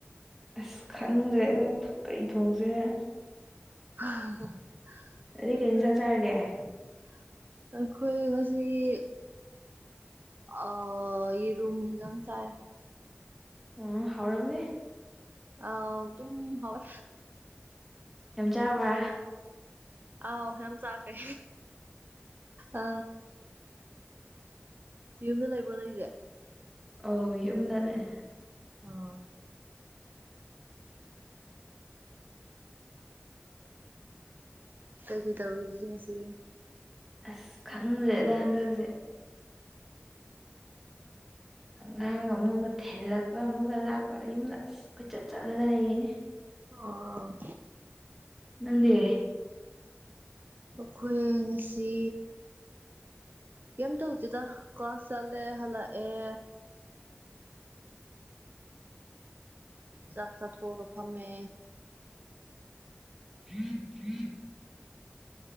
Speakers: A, in the centre; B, on the right.
A: ꯑꯁ ꯈꯪꯗ꯭ꯔꯦꯗ ꯊꯣ ꯀꯩ ꯊꯣꯡꯖꯤꯔ
B: <unintelligible>
A: ꯑꯗꯨꯗꯤ ꯀꯔꯤ ꯏꯟꯁꯥꯡ ꯆꯥꯔꯒꯦ
B: ꯑꯩꯈꯣꯏ ꯉꯁꯤꯒꯤ ꯑꯥ ꯌꯦꯔꯨꯝ ꯂꯧ ꯆꯥꯏ
A: ꯎꯝ ꯍꯥꯎꯔꯝꯅꯤ
B: ꯑꯥꯎ ꯑꯗꯨꯝ ꯍꯥꯎꯋꯦ
A: ꯌꯥꯝ ꯆꯥꯕ꯭ꯔꯥ
B: ꯑ ꯌꯥꯝ ꯆꯥꯈꯦ ꯑ ꯌꯨꯝꯗ ꯂꯩꯕ꯭ꯔꯣ ꯀꯥꯏꯗꯤ
A: ꯑꯣ ꯌꯨꯝꯗ ꯂꯩ
B: ꯑ ꯀꯩꯀꯩ ꯇꯧꯔꯤꯗꯨꯗꯤ ꯉꯁꯤ
A: ꯑꯁ ꯈꯪꯗ꯭ꯔꯦꯗ ꯍꯟꯗꯛꯁꯦ ꯑꯉꯥꯡ ꯑꯃꯒ ꯊꯦꯜꯂꯛꯄ ꯑꯃꯒ ꯂꯥꯛꯄ ꯌꯨꯝꯗ ꯑꯩꯈꯣꯏ ꯆꯠ ꯆꯠꯂꯒ ꯂꯩꯌꯦ
B: ꯑꯣ
A: ꯅꯪꯗꯤ
B: ꯑꯩꯈꯣꯏ ꯉꯁꯤ ꯀꯝ ꯇꯧꯁꯤꯗ ꯀ ꯆꯂꯦ ꯍꯜꯂꯛꯑꯦ ꯆꯥꯛ ꯆꯥꯊꯣꯛ ꯑꯒ ꯐꯝꯃꯦ
A: <unintelligible>